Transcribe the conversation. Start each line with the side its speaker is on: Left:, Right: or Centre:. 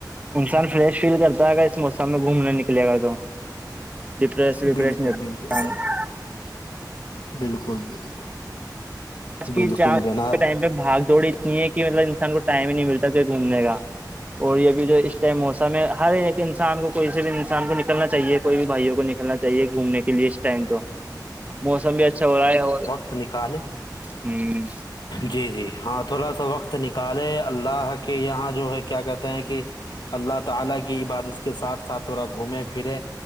Right: انسان فریش فیل کرتا ہےا اس موسم میں گھومنا نکلے گا تو <unintelligible> ڈپریس وپریشن
Left: بالکل
Right: <unintelligible>
Left: بالکل صحیح بالکل بالکل
Right: آج کی
Left: بالکل
Right: چار
Left: جناب
Right: کے ٹائم پہ بھاگ دوڑی اتنی ہے کہ مطلب انسان کو ٹائم ہی نہیں ملتا تھ گھومنے کا اور یہ بھی جو اس ٹائم موسم ہے ہر ایک انسان کو کوئی سے بھی انسان کو نکلنا چاہیے کوئی بھی بھائیوں کو کرنا چاہیے گھومنے کے لیے اس ٹائم تو موسم بھی اچھا ہو رہا ہے اور
Left: تو نکالے
Right: ہوں <unintelligible>
Left: جی جی ہاں تھوڑا سا وقت نکالے اللہ کے یہاں جو ہے کیا کہتے ہیں کہ اللہ تعالی کی عبادت کے ساتھ تھڑا گھومے پھرے